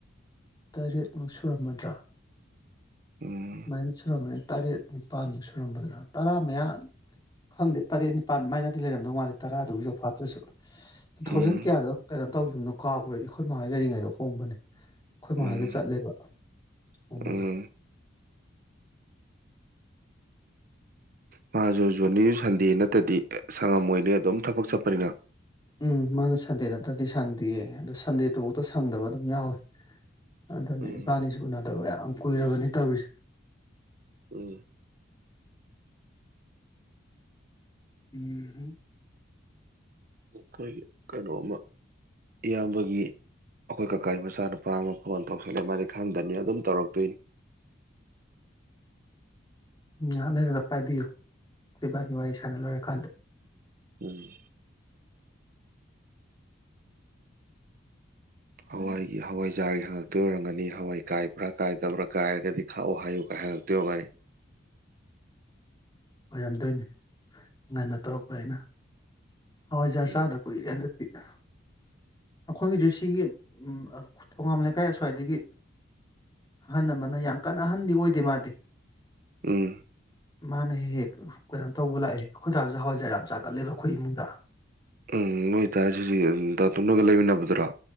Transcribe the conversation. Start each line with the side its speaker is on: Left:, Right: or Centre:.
Left: ꯇꯔꯦꯠꯃꯨꯛ ꯁꯨꯔꯝꯃꯗ꯭ꯔꯥ
Right: ꯎꯝ
Left: ꯃꯥꯏꯅ ꯁꯨꯔꯝꯃꯅꯤ ꯇꯔꯦꯠ ꯅꯤꯄꯥꯟꯃꯨꯛ ꯁꯨꯔꯝꯃꯗ꯭ꯔꯥ ꯇꯔꯥ ꯃꯌꯥ ꯈꯪꯗꯦ ꯇꯔꯦꯠ ꯅꯤꯄꯥꯥꯟ ꯃꯥꯏꯅꯗꯤ ꯂꯩꯔꯝꯗꯧ ꯃꯥꯂꯦ ꯇꯔꯥꯗꯨ ꯌꯧꯐꯥꯠꯇ꯭ꯔꯁꯨ ꯇꯨ ꯊꯥꯎꯖꯟ
Right: ꯎꯝ
Left: ꯀꯌꯥꯗ ꯀꯩꯅꯣ ꯇꯧꯒꯤꯕꯅꯣ ꯀꯥꯎꯔꯦ ꯑꯩꯈꯣꯏ ꯃꯥꯍꯣꯏ ꯂꯩꯔꯤꯉꯩꯗ ꯍꯣꯡꯕꯅꯦ ꯑꯩꯈꯣꯏ
Right: ꯎꯝ
Left: ꯃꯍꯣꯏꯒ ꯆꯠꯂꯦꯕ ꯂꯨꯍꯣꯡꯕꯗꯣ
Right: ꯎꯝ ꯃꯥꯁꯨ ꯖꯣꯅꯤ ꯁꯟꯗꯦ ꯅꯠꯇꯗꯤ ꯁꯪꯉꯝꯣꯏꯅꯤ ꯑꯗꯨꯝ ꯊꯕꯛ ꯆꯠꯄꯅꯤꯅ
Left: ꯎꯝ ꯃꯥꯅ ꯁꯥꯟꯗꯦ ꯅꯠꯇꯗꯤ ꯁꯥꯡꯗꯤꯌꯦ ꯑꯗꯣ ꯁꯟꯗꯦꯗꯨꯐꯥꯎꯗ ꯁꯪꯗꯕ ꯑꯗꯨꯝ ꯌꯥꯎꯋꯤ ꯑꯗꯨꯅꯦ
Right: ꯎꯝ
Left: ꯏꯄꯥꯅꯤꯁꯨ ꯎꯅꯗꯕ ꯌꯥꯝ ꯀꯨꯏꯔꯕꯅꯤ ꯇꯧꯔꯤꯁꯦ
Right: ꯎꯝ
Left: ꯎꯝꯍꯝ
Right: ꯑꯩꯈꯣꯏꯒꯤ ꯀꯩꯅꯣꯃ ꯏꯌꯥꯝꯕꯒꯤ ꯑꯩꯈꯣꯏ ꯀꯀꯥꯒꯤ ꯃꯆꯥꯅꯨꯄꯥ ꯑꯃ ꯐꯣꯟ ꯇꯧꯁꯜꯂꯦ ꯃꯥꯗꯤ ꯈꯪꯗꯝꯅꯤꯅ ꯑꯗꯨꯝ ꯇꯧꯔꯛꯇꯣꯏꯅꯤ
Left: ꯎ ꯉꯩꯍꯥꯛꯂꯩꯔꯒ ꯄꯥꯏꯕꯤꯌꯨ ꯏꯕꯥꯅꯤ ꯋꯥꯔꯤ ꯁꯥꯟꯅ ꯂꯣꯏꯔꯀꯥꯟꯗ
Right: ꯎꯝ ꯍꯋꯥꯏꯒꯤ ꯍꯋꯥꯏꯖꯥꯔꯒꯤ ꯍꯪꯉꯛꯇꯣꯏ ꯑꯣꯏꯔꯝꯒꯅꯤ ꯍꯋꯥꯏ ꯀꯥꯏꯕ꯭ꯔꯥ ꯀꯥꯏꯗꯕ꯭ꯔꯥ ꯀꯥꯏꯔꯒꯗꯤ ꯈꯥꯛꯎ ꯍꯥꯏꯌꯨꯒꯥꯏ ꯍꯪꯉꯛꯇꯣꯏ ꯑꯣꯔꯒꯅꯤ
Left: ꯑꯣꯏꯔꯝꯗꯣꯏꯅꯤ ꯉꯟꯅ ꯇꯧꯔꯛꯄꯅꯤꯅ ꯍꯋꯥꯏꯖꯥꯔ
Right: ꯎꯝ
Left: ꯆꯥꯗ ꯀꯨꯏꯔꯦꯗ ꯈ ꯑꯈꯣꯏꯒꯤꯁꯨ ꯁꯤꯒꯤ ꯎꯝ ꯑ ꯊꯣꯒꯥꯝ ꯂꯩꯀꯥꯏ ꯈ꯭ꯋꯥꯏꯗꯒꯤ ꯑꯍꯟ ꯑꯃꯅ ꯌꯥꯝ ꯀꯟꯅ ꯑꯍꯟꯗꯤ ꯑꯣꯏꯗꯦ ꯃꯥꯗꯤ
Right: ꯎꯝ
Left: ꯃꯥꯅ ꯍꯦꯛ ꯍꯦꯛ ꯀꯩꯅꯣ ꯇꯧꯕ ꯂꯥꯛꯑꯦ ꯑꯈꯣꯏ ꯗꯥꯁꯨ ꯍꯋꯥꯏꯖꯥꯔ ꯌꯥꯝ ꯆꯥꯒꯜꯂꯦꯕ ꯑꯩꯈꯣꯏ ꯏꯃꯨꯡꯗ
Right: ꯎꯝ ꯅꯣꯏ ꯗꯥꯁꯤ ꯗꯥꯇꯨꯝꯒ ꯂꯩꯃꯤꯟꯅꯕ ꯨꯇ꯭ꯔꯥ